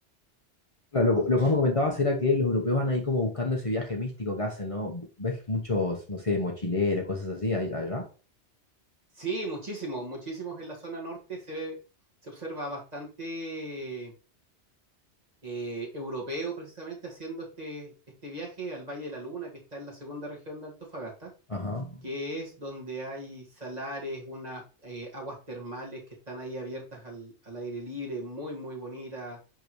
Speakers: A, on the left (about 30°); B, on the right (about 35°).
A: Claro, lo, lo que vos me comentabas era que los europeos van ahí como buscando ese viaje místico que hacen, ¿no? ¿Ves muchos, no sé, mochileros, cosas así ahí- allá?
B: Sí, muchísimos, muchísimos en la zona norte se ve- se observa bastante eh, europeo precisamente haciendo este, este viaje al Valle de la Luna, que está en la segunda región de Antofagasta,
A: Ajá,
B: que es donde hay salares, unas eh, aguas termales que están ahí abiertas al, al aire libre, muy, muy bonitas.